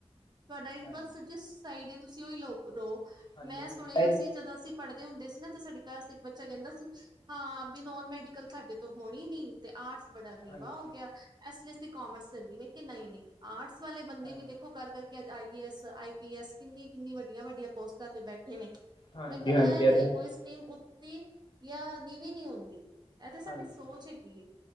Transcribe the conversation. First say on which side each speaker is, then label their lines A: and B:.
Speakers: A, on the right (about 40°); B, on the left (about 45°).
A: ਤੁਹਾਡਾ ਇੰਟਰਸਟ
B: ਹਾਂਜੀ
A: ਜਿਸ ਸਾਈਡ ਹੇ ਤੁਸੀਂ ਉਹੀ ਲੋ ਰੋ।
B: ਹਾਂਜੀ
A: ਮੈਂ
B: ਹਾਂਜੀ
A: ਸੁਣਿਆ ਸੀ ਜਦੋਂ ਅਸੀਂ ਪੜ੍ਹਦੇ ਹੁੰਦੇ ਸੀ ਨਾ ਤੇ ਸਾਡੀ ਕਲਾਸ ਇੱਕ ਬੱਚਾ ਕਹਿੰਦਾ ਸੀ ਹਾਂ ਵੀ ਨੋਨ ਮੈਡੀਕਲ ਸਾਡੇ ਤੋਂ ਹੋਣੀ ਨੀ ਤੇ ਆਰਟਸ ਬੜਾ ਨੀਵਾ
B: ਹਾਂਜੀ
A: ਹੋ ਗਿਆ ਇਸ ਲਈ ਅਸੀਂ ਕਾਮਰਸ ਲੈ ਲਈ ਮੈਂ ਕਿ ਨਹੀਂ ਨਹੀਂ ਆਰਟਸ ਵਾਲੇ ਬੰਦੇ
B: ਹਾਂਜੀ
A: ਵੀ ਦੇਖੋ। ਕਰ ਕਰਕੇ ਅੱਜ ਆਈ A S I P S ਕਿੰਨੀ- ਕਿੰਨੀ ਵੱਡੀਆਂ- ਵੱਡੀਆਂ ਪੋਸਟਾਂ ਤੇ ਬੈਠੇ ਨੇ।
B: ਹਾਂਜੀ
A: ਮੈਂ ਕਿਹਾ
B: ਹਾਂਜੀ
A: ਐਂ ਨਹੀਂ
B: ਇਹ ਤਾਂ ਹੈਗਾ
A: ਕੋਈ ਉੱਤੀ ਜਾਂ ਨੀਵੀਂ ਨਹੀਂ ਹੁੰਦੀ ਇਹ ਤਾਂ ਸਾਡੀ
B: ਹਾਂਜੀ
A: ਸੋਚ ਹੈਗੀ ਹੈ